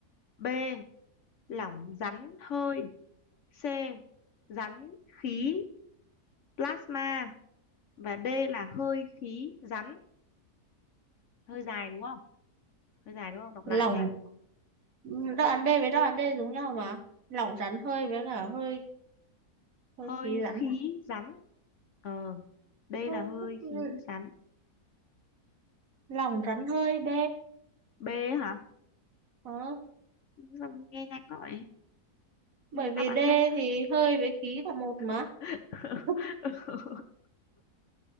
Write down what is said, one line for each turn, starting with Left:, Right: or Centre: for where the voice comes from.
Left: B. Lỏng, rắn, hơi. C. Rắn, khí, plasma. Và D là hơi khí rắn. Hơi dài đúng không? Hơi dài đúng không? Đọc
Right: Lỏng.
Left: lại nha.
Right: ừ, Đáp án B với đáp án D giống nhau mà. Lỏng rắn hơi với cả hơi hơi
Left: Hơi
Right: khí rắn
Left: khí
Right: mà.
Left: rắn. Ờ, D
Right: Hơi,
Left: là hơi khí rắn.
Right: lỏng rắn hơi B.
Left: B hả?
Right: Ờ.
Left: Sao nghe nhanh gọi.
Right: Bởi vì
Left: đáp án
Right: D
Left: nhanh
Right: thì hơi với khí là một mà.
Left: <laughs>
Right: <laughs>